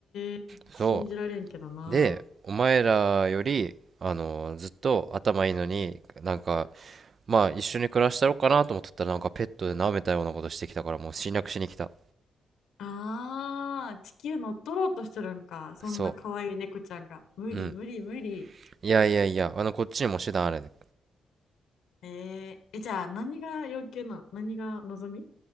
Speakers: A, on the left (about 85°); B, on the right (about 50°).
A: ー、
B: そ
A: 信じられんけどな。
B: う。で、お前らより、あのーずっと頭いいのに、なんか、まあ、一緒に暮らしたろうかなと思っとったら、なんかペットで舐めたようなことしてきたから、もう侵略しに来た。
A: あー、地球乗っ取ろうとしてるんか。そんな可愛い猫ちゃんが。
B: そ
A: 無理無理無理。
B: う。うん。いやいやいや、あの、こっちにも手段ある。
A: えー、え、じゃあ何が要求なん何が望み